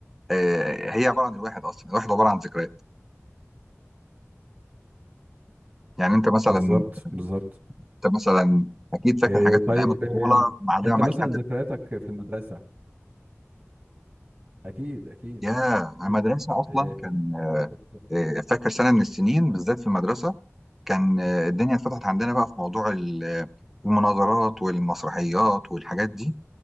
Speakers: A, in the centre; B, on the right (about 30°).
A: آه، هي عبارة عن الواحد أصلا الواحد عبارة عن ذكريات يعني أنت مثلا
B: بالظبط بالظبط
A: أنت مثلا أكيد فاكر
B: إيه
A: حاجات
B: طيب
A: من أيام الطفولة
B: إيه
A: معلمة
B: انت
A: معاك
B: مثلا
A: لحد
B: ذكرياتك في المدرسة اكيد اكيد
A: يا
B: اكيد
A: المدرسة أصلا
B: إيه
A: كان
B: مواقف
A: آه، فاكر سنة من السنين بالذات في المدرسة كان آه، الدنيا اتفتحت عندنا بقى في موضوع ال- المناظرات والمسرحيات والحاجات دي